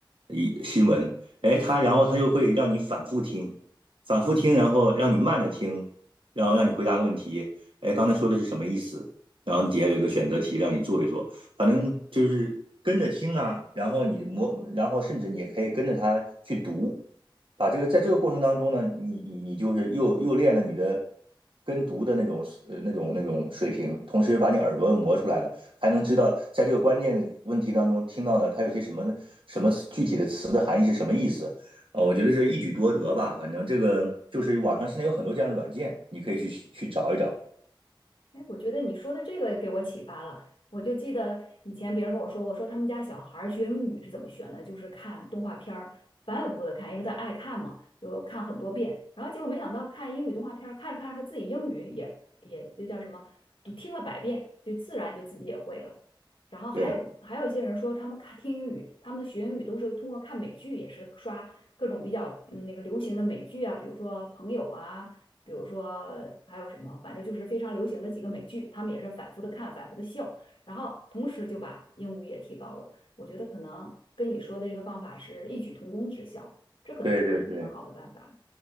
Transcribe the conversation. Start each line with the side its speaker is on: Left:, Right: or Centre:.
Right: 一新闻，哎，它然后它就会让你反复听，反复听，然后让你慢着听，然后让你回答个问题，哎，刚才说的是什么意思？然后底下有一个选择题让你做一做。反正就是跟着听啊，然后你磨，然后甚至你也可以跟着他去读，把这个在这个过程当中呢，你你你就是又又练了你的跟读的那种呃那种那种水平，同时把你耳朵磨出来了，还能知道在这个关键问题当中听到了它有些什么什么具体的词的含义是什么意思。啊，我觉得这一举多得吧，反正这个就是网上现在有很多这样的软件，你可以去去找一找。
Left: 哎，我觉得你说的这个给我启发了。我就记得以前别人跟我说，我说他们家小孩儿学英语是怎么学呢？就是看动画片儿，反反复复的看，因为他爱看嘛，就看很多遍。然后结果没想到看英语动画片儿，看着看着他自己英语也也这叫什么，就听了百遍，就自然就自己也会了。然后还有还有一些人说，
Right: 对
Left: 他们看听英语，他们的学英语都是通过看美剧，也是刷各种比较嗯那个流行的美剧啊，比如说《朋友》啊。比如说还有什么，反正就是非常流行的几个美剧，他们也是反复的看，反复的笑，然后同时就把英语也提高了。我觉得可能跟你说的这个方法是异曲同工之效，这可能也是很好的办法。
Right: 对对对。